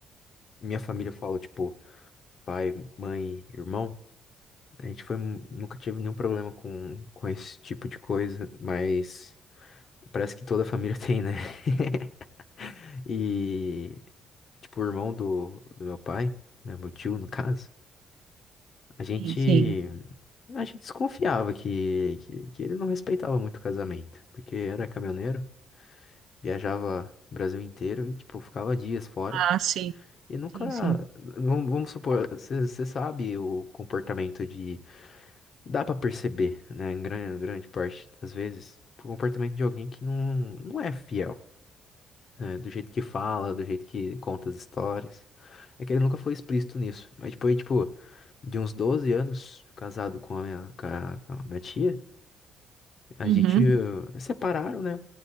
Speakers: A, on the left; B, on the right.
A: minha família fala, tipo, pai, mãe, irmão, a gente foi, mu- nunca tive nenhum problema com, com esse tipo de coisa, mas parece que toda família <laughs> tem, né? <laughs> E, tipo, o irmão do, do meu pai, né, meu tio, no caso, a gente,
B: Sim, sim.
A: a gente desconfiava que, que, que ele não respeitava muito o casamento, porque era caminhoneiro, viajava o Brasil inteiro e, tipo, ficava dias fora.
B: Ah, sim,
A: E nunca,
B: sim, sim.
A: vamos vamos supor, você sabe o comportamento de, dá pra perceber, né, em grande, grande parte das vezes, o comportamento de alguém que não, não é fiel, né, do jeito que fala, do jeito que conta as histórias. É que ele nunca foi explícito nisso, mas depois, tipo, de uns 12 anos, casado com a minha, com a, com a minha tia, a
B: Uhum.
A: gente eh, separaram, né,